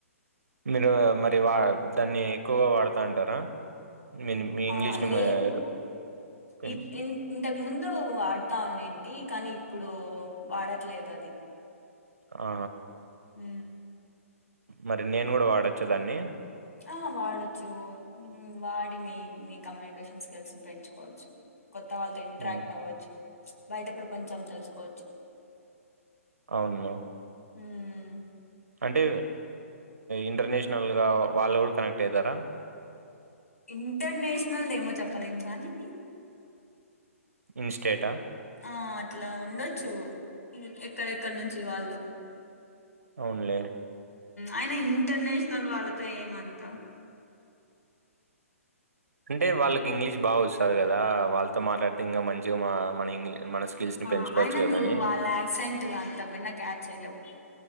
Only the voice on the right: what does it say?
మీరు మరి వా దాన్ని ఎక్కువగా వాడతా అంటారా మీన్ మీ
ఇంగ్లీష్‌ని
మీరు పెన్
ఆ
మరి నేను కూడా వాడొచ్చేదాన్ని
హ్మ్.
అవునులే
అంటే ఇంటర్నేషనల్ గా వాళ్ళ కూడా కనెక్ట్ అయ్యితారా
ఇన్‌స్టేటా?
అవునులే
అంటే వాళ్ళకి ఇంగ్లీష్ బాగా వస్తుంది కదా వాళ్ళతో మాట్లాడితే ఇంకా మంచిగా మన ఇంగ్లీ మన స్కిల్స్‌ని
పెంచుకోవచ్చు
గదని